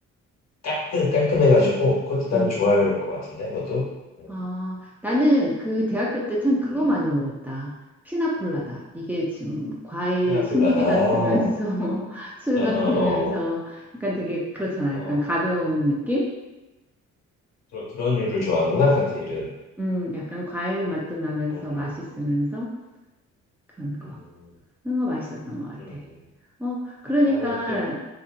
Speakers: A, on the left (about 60°); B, in the centre.
A: 깔끔 깔끔해가지고 그것도 난
B: 음.
A: 좋아할 것 같은데 너도 음,
B: 아, 나는 그 대학교 때 참 그거
A: 음.
B: 많이 먹었다. 피나콜라다. 이게 지금 과일
A: 피나콜라다
B: 스무디 같으면서
A: 어 어어
B: <laughs> 술
A: 어,
B: 같으면서 약간 되게 그렇잖아.
A: 어,
B: 약간
A: 어. 어.
B: 가벼운 느낌?
A: 그런 그런 류를 좋아하는구나 칵테일은
B: 음, 약간 과일 맛도 나면서
A: 음, 음,
B: 맛있으면서 그런 거.
A: 음,
B: 그런 거 맛있었던 것 같아.
A: 음.
B: 어, 그러니까
A: 아이 그-